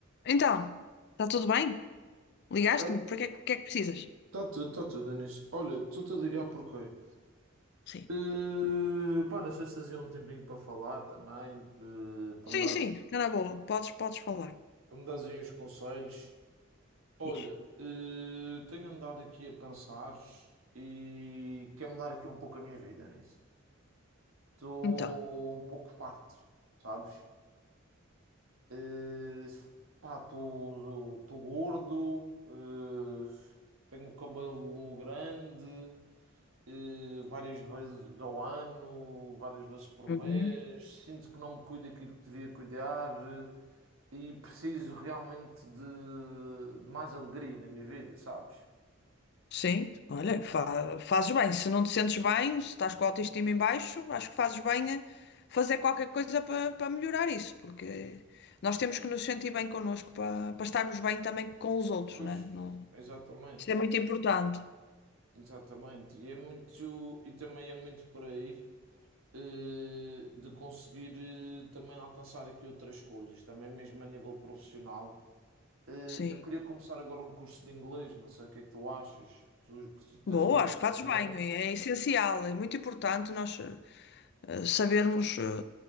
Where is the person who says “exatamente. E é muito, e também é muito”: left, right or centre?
Right